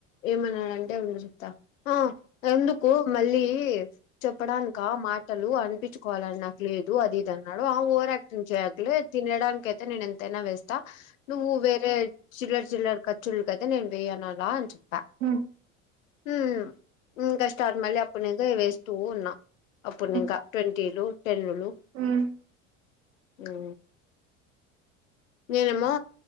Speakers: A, on the left; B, on the right.
A: ఏమన్నాడంటే ఉండు చెప్తా ఆ ఎందుకు మళ్ళీ చెప్పడానిక మాటలు అనిపించుకోవాలని నాకు లేదు అది ఇది అన్నాడు, ఆ ఓవర్ యాక్టింగ్ చేయకులే తిన్ తినడనికి అయితే నేను ఎంతైనా వేస్తా, నువ్వు వేరే చిల్లర్ చిల్లర్ ఖర్చులుకైతే నేను వేయన్ నురా అని చొప్ప
B: హు
A: ఉ ఇంకా స్టార్ట్ మళ్ళి అప్పునుంచే వేస్ ఉన్నా అప్పునికా
B: హ్మ్
A: ట్వంటీలు టెన్లు
B: హ్మ్
A: ఉ నేనేమో